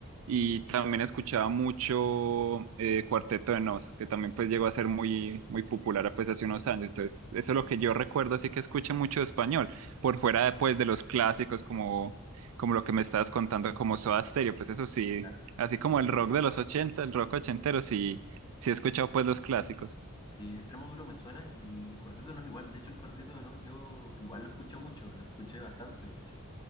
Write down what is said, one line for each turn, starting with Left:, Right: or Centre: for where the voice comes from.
Right: y también escuchaba mucho eh, Cuarteto de Nos, que también pues llegó a ser muy, muy popular pues hace unos años. Entonces, eso
Left: Sí,
Right: es lo que yo recuerdo, así que escuché mucho de español, por fuera pues de los clásicos como como lo que me estabas contando, como Soda Stereo, pues eso sí,
Left: claro.
Right: así como el rock de los ochenta el rock ochentero, sí, sí he escuchado pues los clásicos.
Left: Sí, Extremo Duro me suena y el Cuarteto no es igual, de hecho el Cuarteto no, yo igual lo escuché mucho, lo escuché bastante, de hecho.